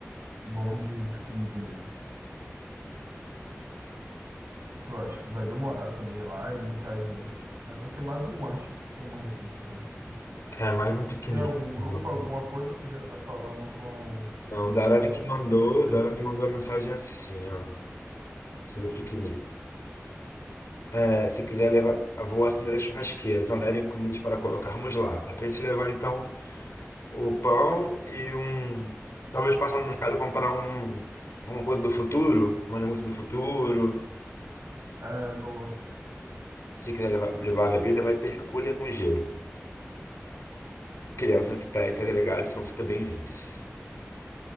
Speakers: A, on the right; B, on the left.
A: bom de, de comida mesmo. que eu acho que vai demorar também lá e muita gente. Aí vai ser mais um lanche do que uma refeição, assim.
B: É, mais um piquenique.
A: Tem algum grupo,
B: Vamos.
A: alguma coisa? Você já tá falando com o
B: Não,
A: pessoal
B: o Darani
A: lá?
B: que
A: Você
B: mandou,
A: sabe se já.
B: o Darani mandou uma mensagem assim, ó, sobre o piquenique. É, se quiser levar, vou acender a churrasqueira, então levem comidas para colocarmos lá. Dá pra gente levar então o pão e um. Talvez passar no mercado e comprar um, uma coisa do futuro, um negócio do futuro.
A: É, boa.
B: Se quiser levar, levar bebida, vai ter cuia com gelo. Crianças, pets, agregados são super bem-vindos.